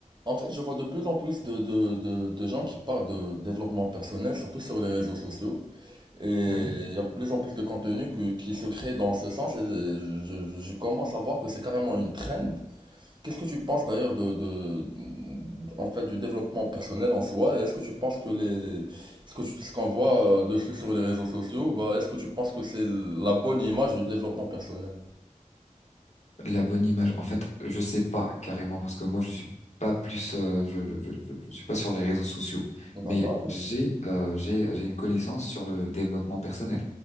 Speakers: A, on the right; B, on the left.
A: En fait, je vois de plus en plus de, de, de, de gens qui parlent de développement personnel, surtout sur les réseaux sociaux. Et
B: Oui.
A: il y a de plus en plus de contenu que- qui se crée dans ce sens. Et je, je- je commence à voir que c'est carrément une trend. Qu'est-ce que tu penses d'ailleurs de, de, en fait, du développement personnel en soi? Et est-ce que tu penses que les, les- ce que tu- ce qu'on voit euh, dessus sur les réseaux sociaux, bah, est-ce que tu penses que c'est la bonne image du développement personnel?
B: La bonne image. En fait, je sais pas carrément parce que moi je suis pas plus, euh, je, je, je, je- suis pas sur les réseaux sociaux.
A: D'accord.
B: Mais j'ai, euh, j'ai, j'ai une connaissance sur le développement personnel.